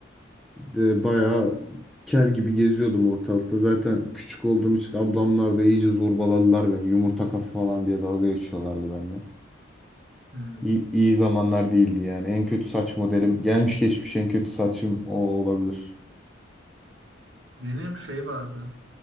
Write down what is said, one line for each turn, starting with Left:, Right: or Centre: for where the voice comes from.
Centre: E, bayağı kel gibi geziyordum ortalıkta. Zaten küçük olduğum için ablamlar da iyice zorbaladılar beni. Yumurta kafa falan diye dalga geçiyorlardı benimle.
Right: Hmm.
Centre: İyi, iyi zamanlar değildi yani. En kötü saç modelim gelmiş geçmiş en kötü saçım o olabilir.
Right: Benim şey vardı.